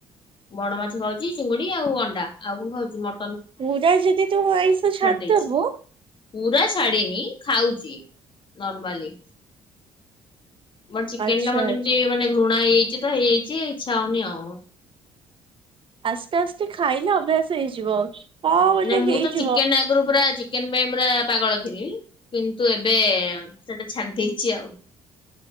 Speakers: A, on the left; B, on the right.
A: ବଡମାଛ ଖାଉଚି ଚିଙ୍ଗୁଡି ଆଉ ଅଣ୍ଡା ଆଉ କଣ ଖାଉଚି ମ
B: ପୁରା ଯଦି ତୁ ଆଇଁଷ ଛାଡ଼ିଦବୁ
A: ଦେଇଛି। ପୁରା ଛାଡିନି ଖାଉଚି ନର୍ ମାଲି। ବଟ୍ ଚିକେନ
B: ଆଚ୍ଛା
A: ଟା ମତେ
B: ଆଚ୍ଛା।
A: ଏମତି ମାନେ ଘୃ ନାଇଁ ହେଇଚି ତ ହେଇଯାଇଚି ଇଚ୍ଛା ହଉନି ଆଉ।
B: ଆସ୍ତେ ଆସ୍ତେ ଖାଇଲେ ଅଭ୍ୟାସ ହେଇଯିବ। କଣ ଗୋଟେ
A: ନାଇଁ ମୁଁ
B: ହେଇଥିବ।
A: ତ ଚିକେନ ଆଗରୁ ପୁରା ଚିକେନ ପାଇଁ ପୁରା ପାଗଳ ଥିଲି କିନ୍ତୁ ଏବେ ସେଟା ଛାଡି ଦେଇଚି ଆଉ।